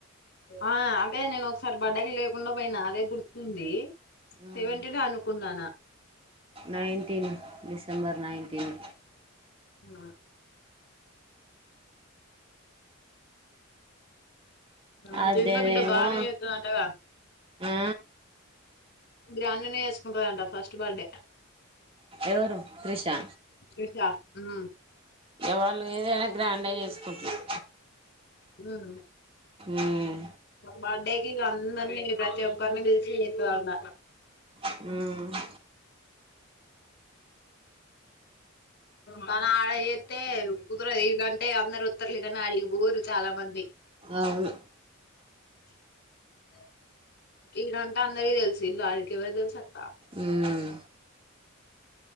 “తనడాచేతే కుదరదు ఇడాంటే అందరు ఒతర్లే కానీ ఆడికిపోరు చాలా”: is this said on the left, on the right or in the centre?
Left